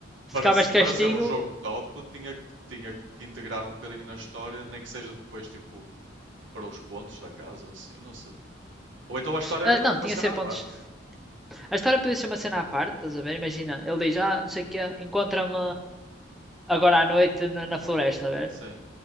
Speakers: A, on the right; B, in the centre.
A: para
B: Ficavas
A: ser,
B: de
A: para
B: castigo.
A: ser um jogo top, tinha, que- tinha que integrar um bocadinho na história, nem que seja depois, tipo, para os pontos da casa ou assim, não sei. Ou então a história
B: Ah,
A: era mesmo
B: não,
A: uma
B: tinha
A: cena
B: 100
A: à
B: pontos.
A: parte.
B: A história podia ser uma cena à parte, estás a ver? Imagina, ele diz, ah, não sei o quê, encontra-me agora à noite na, na floresta, estás a ver?
A: Sim,